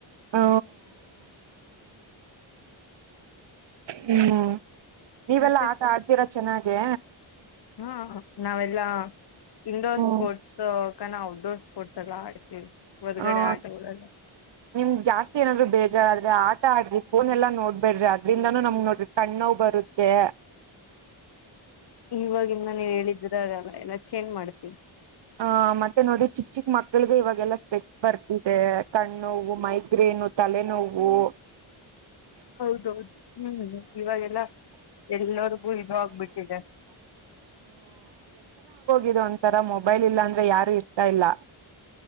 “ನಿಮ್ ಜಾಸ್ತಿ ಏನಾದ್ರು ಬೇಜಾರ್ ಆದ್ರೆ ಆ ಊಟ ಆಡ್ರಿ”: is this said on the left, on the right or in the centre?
Right